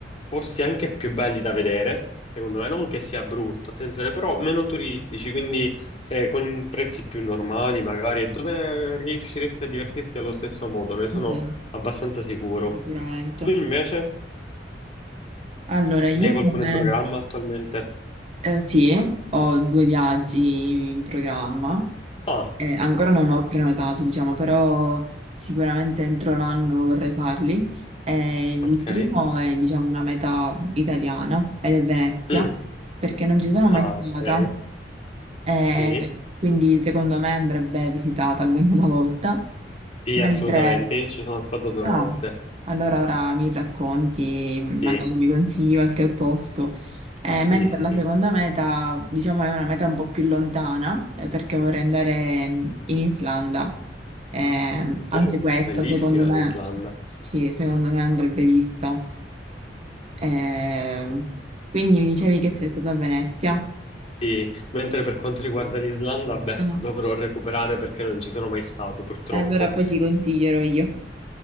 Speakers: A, on the left; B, on the right.
A: posti anche più belli da vedere, secondo me, non che sia brutto, attenzione, però meno turistici, quindi eh, con prezzi più normali magari, e dove riusciresti a divertirti allo stesso modo, ne sono
B: mhm,
A: abbastanza sicuro.
B: sicuramente.
A: Tu invece
B: Allora, io
A: ne hai qualcuno
B: come...
A: in programma attualmente?
B: eh, sì, ho due viaggi in programma,
A: Ah,
B: Eh, ancora non ho prenotato, diciamo, però sicuramente entro l'anno vorrei farli. Eh, il
A: ok.
B: primo è, diciamo, una meta italiana ed è Venezia,
A: Mm.
B: perché non ci sono
A: Ah,
B: mai stata
A: ok.
B: Eh,
A: Sì,
B: quindi secondo me andrebbe visitata almeno una volta.
A: sì,
B: Mentre,
A: assolutamente, io ci sono stato due
B: ah,
A: volte.
B: allora ora mi racconti, magari
A: Sì.
B: mi consigli qualche posto. Eh,
A: Sì,
B: mentre
A: sì, sì.
B: la seconda meta, diciamo, è una meta un po' più lontana, eh, perché vorrei andare mm, in Islanda. Eh, anche
A: Oh,
B: questa,
A: bellissima
B: secondo me,
A: l'Islanda.
B: sì, secondo me andrebbe vista. Eh, quindi mi dicevi che sei stata a Venezia.
A: Sì, mentre per quanto riguarda l'Islanda, beh,
B: Ah,
A: dovrò recuperare perché non ci sono mai stato, purtroppo.
B: Allora poi ti consiglierò io.